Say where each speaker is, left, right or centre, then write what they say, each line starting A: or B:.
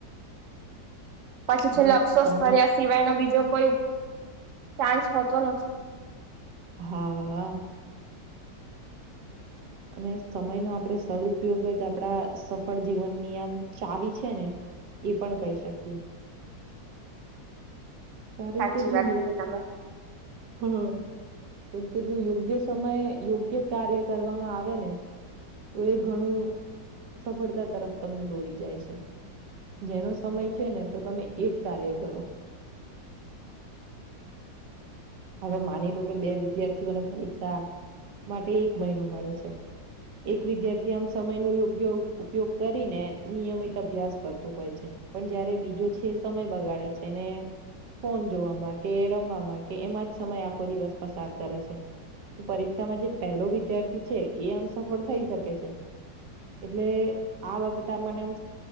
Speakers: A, on the right (about 50°); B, on the right (about 70°).
A: પછી
B: અને
A: છેલ્લે અફસોસ
B: સમય
A: કર્યા સિવાયનો બીજો કોઈ ચાન્સ હોતો નથી
B: હા અને સમયનો આપણે સદઉપયોગ જ આપડા સફળ જીવનની આમ ચાવી છે ને એ પણ કહી શકીએ કારણ
A: સાચી
B: કે જો
A: વાત
B: યુ
A: કીધી તમે
B: હ કેમ કે જો યોગ્ય સમયે યોગ્ય કાર્ય કરવામાં આવે ને તો એ ઘણું સફળતા તરફ તમને દોરી જાય છે જેનો સમય છે ને તો તમે એ જ કાર્ય કરો હવે માની લો કે બે વિદ્યાર્થીઓને પરીક્ષા માટે એક મહિનો મળે છે એક વિદ્યાર્થી આમ સમય નો યોગ્ય ઉપયોગ કરીને નિયમિત અભ્યાસ કરતું હોય છે પણ જયારે બીજો છે સમય બગાડે છે ને ફોન જોવાવામાં કે રમવામાં એમાં જ સમય આખો દિવસ પસાર કરે છે પરીક્ષામાં જે પહેલો વિદ્યાર્થી છે એ એમ સફળ થઈ શકે છે એટલે આ બાબત આપણે એમ